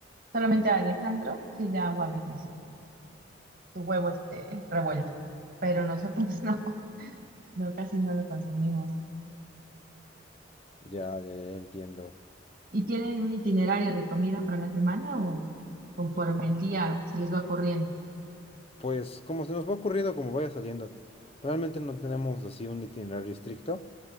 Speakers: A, on the right; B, on the left.
A: Solamente a Alejandro sí le hago a veces su, su huevo este revuelto. pero nosotros <laughs> no, no, casi no lo consumimos.
B: ya, ya ya entiendo.
A: ¿Y tienen un itinerario de comida para la semana o conforme el día se les va ocurriendo?
B: Pues como se nos va ocurriendo, como vaya saliendo. Realmente no tenemos así un itinerario estricto,